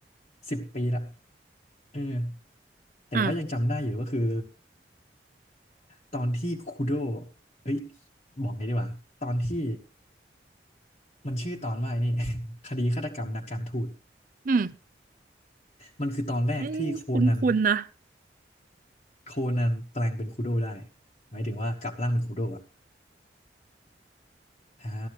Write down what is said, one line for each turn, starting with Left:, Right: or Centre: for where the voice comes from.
Left: สิบปีละเออ แต่ว่ายังจำได้อยู่ก็คือ
Right: อ่ะ
Left: ตอนที่คูโดเฮ้ยบอกไงดีวะตอนที่มันชื่อตอนว่าไอ้นี่ <laughs> คดีฆาตกรรมนักการทูต
Right: อืม
Left: มันคือตอนแรกที่โคนัน
Right: เอ้ยคุ้นๆนะ
Left: โคนันแปลงเป็นคูโดได้หมายถึงว่ากลับร่างเป็นคูโดอ่ะอ่า